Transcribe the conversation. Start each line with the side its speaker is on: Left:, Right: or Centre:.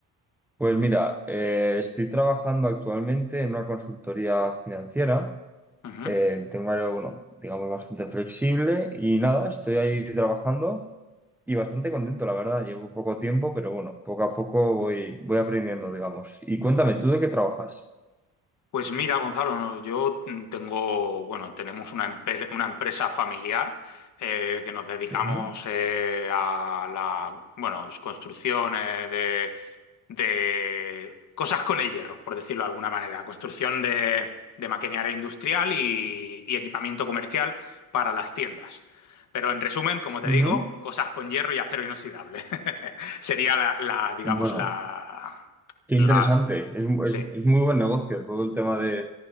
Centre: Pues mira, eh, estoy trabajando actualmente en una consultoría financiera.
Left: Ujú.
Centre: Eh, tengo un horario, bueno, digamos, bastante flexible y nada, estoy ahí trabajando y bastante contento, la verdad. Llevo poco tiempo, pero bueno, poco a poco voy, voy aprendiendo, digamos. Y cuéntame, ¿tú de qué trabajas?
Left: Pues mira, Gonzalo, no, yo mm, tengo, bueno, tenemos una, empe- una empresa familiar eh, que nos dedicamos
Centre: Ujú,
Left: eh, a la, bueno, es construcción eh, de, de cosas con el hierro, por decirlo de alguna manera, construcción de, de maquinaria industrial y, y equipamiento comercial para las tiendas. Pero en resumen, como te
Centre: ujú.
Left: digo, cosas con hierro y acero inoxidable. <laughs> Sería la, la, digamos,
Centre: Bueno,
Left: la,
Centre: qué
Left: la,
Centre: interesante. Es, mu-
Left: sí.
Centre: es es muy buen negocio todo el tema de